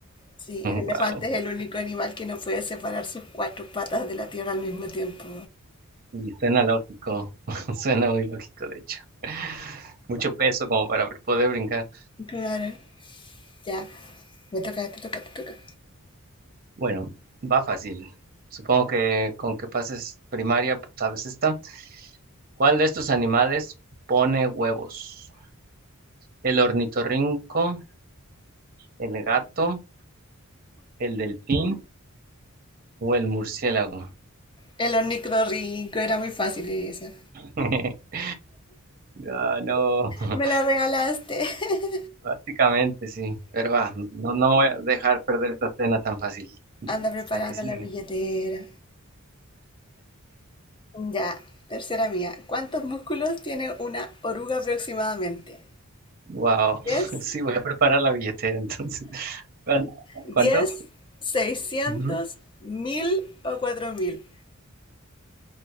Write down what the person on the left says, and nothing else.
Sí, el elefante
es el único
animal que no puede separar sus cuatro patas de la tierra al mismo tiempo.
Claro, ya. Me toca, te toca, te toca.
El ornitorrinco era muy fácil esa.
Me la regalaste. <laughs>
Anda preparando
la billetera. Ya, tercera mía. ¿Cuántos músculos tiene una oruga aproximadamente?
Diez.
Diez.
Seiscientos
mil o cuatro mil.